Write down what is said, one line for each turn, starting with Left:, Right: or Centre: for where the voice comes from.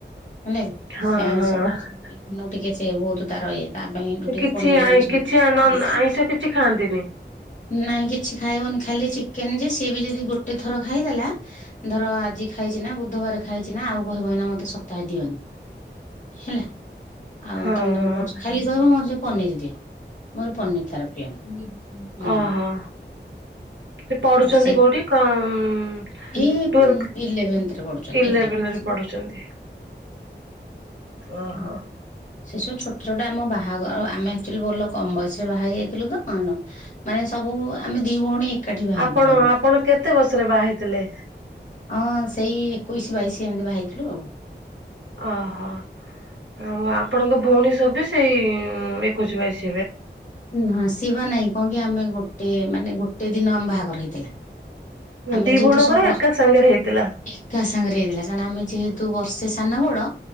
Left: ହେଲାକି
Right: ହଁ
Left: ସେ ଆଇଁଷ
Right: ହଁ
Left: <unintelligible> ଟିକେ ସେ ବହୁତ ତାର ଇଏ। ତା ପାଇଁ ଏଠୁ ଟିକେ
Right: କିଛି
Left: ପନିର
Right: ଆଇଁ
Left: ଆଣିଛନ୍ତି
Right: କିଛି ଆଇଁଷ
Left: ବେଶି।
Right: କିଛି ଖାଆନ୍ତିନି।
Left: ନାଇଁ କିଛି ଖାଇବନି ଖାଲି ଚିକେନ ଯେ ସିଏ ବି ଯଦି ଗୋଟେ ଥର ଖାଇଦେଲା ଧର ଆଜି ଖାଇଛି ନା ବୁଧବାର ଖାଇଛି ନା ଆଉ କହିବ ଏଇନା ମତେ ସପ୍ତାହେ ଦିଅ ନି ହେଲା। ଆଉ
Right: ହଁ
Left: ତମେ ତମର
Right: ହଁ
Left: କରୁଛ ଖାଲି କହିବ ମୋତେ ଟିକେ ପନିର ଦିଅ। ମୋର ପନିର ତାର ପ୍ରିୟ ପନିର ପିଅ ହୁଁ।
Right: ଓହୋ ସେ ପଢୁଛନ୍ତି
Left: ଆଉ ସେ
Right: କୋଉଠି କମ
Left: ଏଇ
Right: ଟୁଏଲ୍ଭ।
Left: ଇଲେଭେନ୍ଥରେ ପଢୁଛନ୍ତି
Right: ଇଲେଭେନ
Left: ଇଲେଭେନ୍ଥ
Right: ରେ ପଢୁଛନ୍ତି। ଓହୋ।
Left: ହଁ। ସେ ସବୁ ଛୋଟ ଛୋଟ ଆମ ବାହାଘର ଆମେ ଆକ୍ଚୁଆଲି ଭଲ କମ ବୟସ ରେ ବାହା ହେଇ ଯାଇଥିଲୁ ତ <unintelligible> ମାନେ ସବୁ ଆମେ ଦି ଭଉଣୀ ଏକାଠି ବାହା
Right: ଆପଣ
Left: ହେଇଥିଲୁ ଆମର।
Right: ଆପଣ କେତେ ବର୍ଷରେ ବାହା ହେଇଥିଲେ?
Left: ହଁ ସେଇ ଏକୋଇଶି ବାଇଶି ଏମିତି ବାହା ହେଇଥିଲୁ ଆଉ।
Right: ଓହୋ ଆଉ ଆପଣଙ୍କ ଭଉଣୀ ସବୁ ସେଇ ଏକୋଇଶ ବାଇଶ
Left: ହଁ ଆସିବ ନାଇଁ କଣ କି ଆମେ ଗୋଟେ ମାନେ ଗୋଟେ ଦିନ ଆମ ବାହାଘର ହେଇଥିଲା। ଆମେ
Right: ଦି
Left: ଯେହେତୁ
Right: ଭଉଣୀଙ୍କର
Left: ସବୁ ବର୍
Right: ଏକା ସାଙ୍ଗରେ ହେଇଥିଲା।
Left: ଏକା ସାଙ୍ଗରେ ହେଇଥିଲା କାରଣ ଆମେ ଯେହେତୁ ବର୍ଷେ ସାନ ବଡ଼